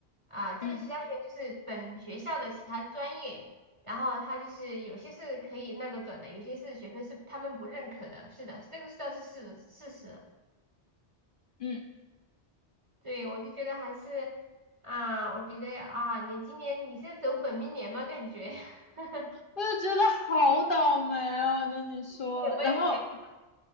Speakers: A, on the right (about 25°); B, on the left (about 50°).
A: 啊、这个其他学院就是本学校的其他专业，
B: 嗯
A: 然后它就是有些是可以那个转的，有些是学分是他们不认可的，是的，这个是倒是事事实。
B: 嗯。
A: 对，我就觉得还是啊、我觉得啊，你今年你是走本命年吗？感觉，<laughs>
B: 我就觉得好倒霉啊，跟你说。
A: 对，我也觉得
B: 然后